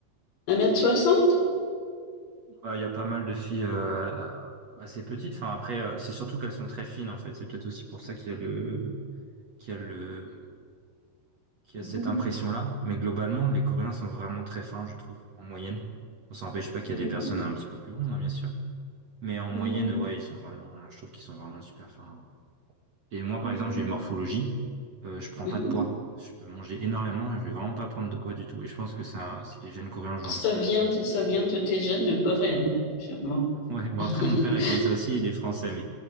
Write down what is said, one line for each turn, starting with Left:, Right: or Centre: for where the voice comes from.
Left: un mètre soixante
Right: Bah, il y a pas mal de filles euh, assez petites. Enfin, après, euh, c'est surtout qu'elles sont très fines, en fait. C'est peut-être aussi pour ça qu'il y a le, qu'il y a le, qu'il
Left: Mhm,
Right: y a cette impression-là. Mais globalement, les Coréens sont vraiment très fins, je trouve, en moyenne. On s'empêche pas qu'il y
Left: mhm,
Right: a des personnes un petit peu plus grandes, hein, bien sûr. Mais en moyenne,
Left: mhm,
Right: ouais, ils sont vraiment, je trouve qu'ils sont vraiment super fins. Et moi,
Left: mhm,
Right: par exemple, j'ai une morphologie, euh, je prends
Left: mhm.
Right: pas de poids. Je peux manger énormément et je vais vraiment pas prendre de poids du tout. Et je pense que c'est un- c'est que les jeunes coréens jouent
Left: Ça
Right: un petit peu
Left: vient
Right: là-dessus.
Left: de, ça vient de tes gènes coréennes, sûrement.
Right: <laughs> Ouais, bon
Left: <laughs>
Right: après, mon père est comme ça aussi, il est français, mais,